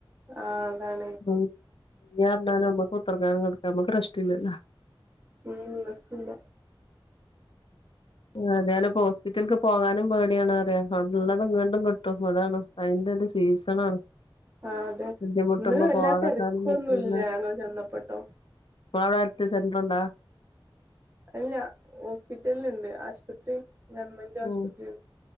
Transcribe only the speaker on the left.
ഉം പിന്നെയർ ഞാ ഞമ്മക്ക് കുത്തർക്കാനും കട്ക്കാനും ഞമ്മക്ക് റസ്റ്റ്ല്ലല്ലോ
ഏതാലും ഇപ്പൊ ഹോസ്പിറ്റല്ക്ക് പോകാനും പേടിയാണ് അറിയ ഔട്ന്ന്ള്ളത് ഇങ്ങട്ടുംകിട്ടും അതാണ് അയിന്റെ ര് സീസണാണ്
ബുദ്ധിമുട്ടുമ്പോ
പോവാതെക്കാനും
പറ്റൂല്ല
ഇങ്ങളെ അവിടെ ഹെൽത്ത് സെന്റർ ണ്ടോ
ഹു